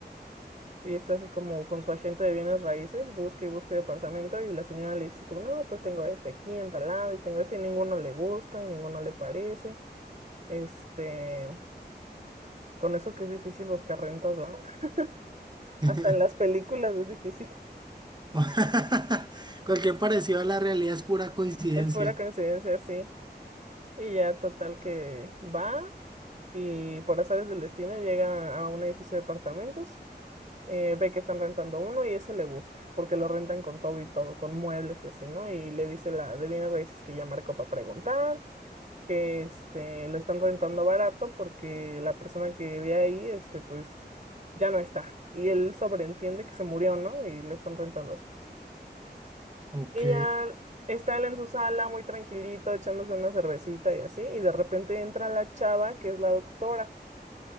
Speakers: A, on the right; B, on the right.
A: Y está así como con su agente de bienes raíces, busca y busca departamento y la señora le dice como, no, pues tengo este aquí en tal lado y tengo este y ninguno le gusta y ninguno le parece. Este, con eso que es difícil buscar rentas, ¿verdad? <laughs>
B: <laughs>
A: Hasta en las películas es difícil. <laughs>
B: <laughs> Cualquier parecido a la realidad es pura coincidencia.
A: Es pura coincidencia, sí. Y ya total que va y por azares del destino llega a un edificio de apartamentos eh, ve que están rentando uno y ese le gusta, porque lo rentan con todo y todo, con muebles y así, ¿no? Y le dice la de bienes raíces que ya marcó para preguntar, que este, lo están rentando barato porque la persona que ve ahí, este, pues ya no está. Y él sobreentiende que se murió, ¿no? Y le están rentando así.
B: Ok,
A: Y ya está él en su sala muy tranquilito, echándose una cervecita y así, y de repente entra la chava, que es la doctora